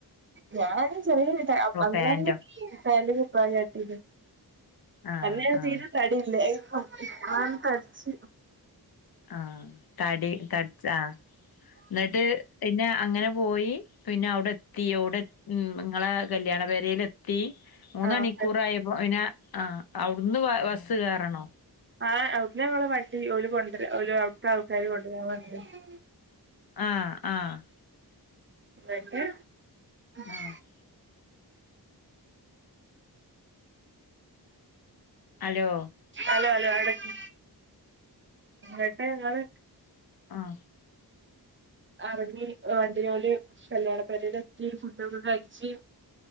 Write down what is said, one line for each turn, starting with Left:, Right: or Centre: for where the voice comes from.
Right: ഞാന് ചെറിയട് അന്ന
Left: പാന്റോ
Right: <unintelligible> പ്രായട്ടില്ല
Left: ആഹ്
Right: അന്ന
Left: ആഹ്
Right: തീരെ തടില്ലേ <unintelligible> നൻ തടിച്ച്
Left: ആഹ് തടി തടിച് ആ എന്നിട്ട് പിന്നെ അങ്ങനെ പോയി പിന്നെ അവിടെ എത്തി ഓടെ എ ഉം നിങ്ങളെ കല്യാണ പേരേൽ എത്- ത്തി മൂന്നഅണിക്കൂറായപ്പോ
Right: ആഹ്
Left: ഇനെ ആ അവിടുന്ന് ബ ബസ് കേറണോ
Right: ആ അ ഞങ്ങള് വണ്ടി ഓല് കൊണ്ടരാ ഔല് അവിട്ത്തെ ആൾക്കാര് കൊണ്ടുവരാൻ <unintelligible>
Left: ആ ആ
Right: എക്കെ <unintelligible>
Left: ആ അലോ
Right: അലോ അലോ ആടക്ക് എന്നിട്ട് നിങ്ങള്
Left: ആഹ്
Right: എറങ്ങി വണ്ടിയെല് കല്യാണ പേരേല് എത്തി ഫുഡൊക്കെ കഴിച്ച്-